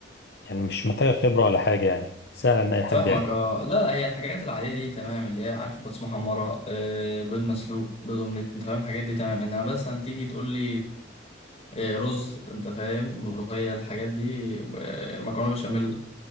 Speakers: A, on the left; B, on the left.
A: يعني مش محتاجه خبره ولا حاجه يعني سهله ان اي حد
B: فاهمك
A: يعمل
B: اه لا لا هي الحاجات العادية دي تمام اللي هي عارف بطاطس محمرة أه بيض مسلوق بيض اومليت انت فاهم الحاجات دي تمام انما بس هتيجي تقول لي إيه، رز انت فاهم ملوخية الحاجات دي آه، مكرونة بشاميل